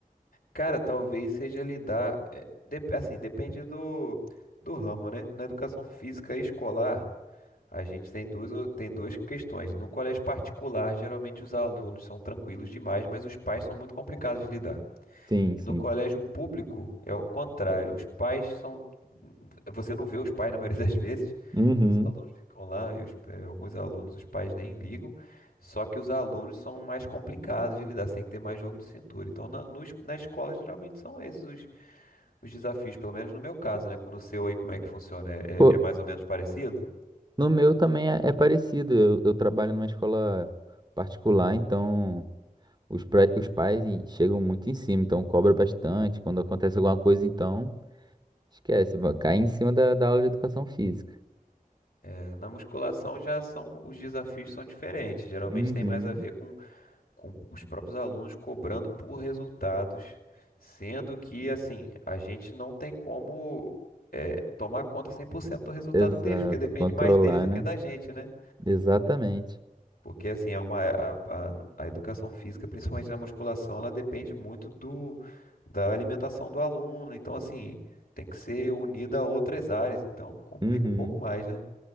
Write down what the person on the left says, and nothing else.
Cara, talvez seja lidar, é, dep- assim, depende do, do ramo, né? Na educação física e escolar, a gente tem duas, tem duas questões. No colégio particular, geralmente os alunos são tranquilos demais, mas os pais são muito complicados de lidar.
E
no colégio público é o contrário. Os pais são. Você não vê os pais na maioria das vezes,
que os alunos ficam lá e os- eh, alguns alunos, os pais nem ligam. Só que os alunos são mais complicados de lidar, você tem que ter mais jogo de cintura. Então, na, no es- na escola, geralmente são esses os, os desafios, pelo menos no meu caso, né? No seu aí, como é que funciona? É,
é- é mais ou menos parecido?
É, na musculação já são, os desafios são diferentes. Geralmente
tem mais a ver com com os próprios alunos cobrando por resultados, sendo que, assim, a gente não tem como é, tomar conta 100% do resultado
deles, porque depende
mais deles do que
da gente, né?
Porque, assim, é uma, a, a, a educação física, principalmente na musculação, ela depende muito do, da alimentação do aluno, então, assim, tem que ser unida a outras áreas, então complica
um pouco mais, né?